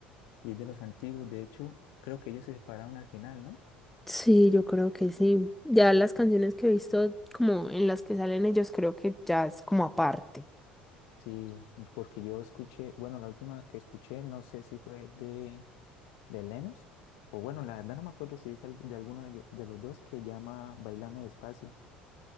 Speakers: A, on the left; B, in the centre.
A: Y es de los antiguos, de hecho, creo que ellos se separaron al final, ¿no?
B: sí, yo creo que sí. Ya las canciones que he visto como en las que salen ellos, creo que ya es como aparte.
A: Sí, porque yo escuché, bueno, la última que escuché, no sé si fue de, de Lennox, o bueno, la verdad no me acuerdo si es al- de alguno de, ello- de los dos que llama Bailame Despacio.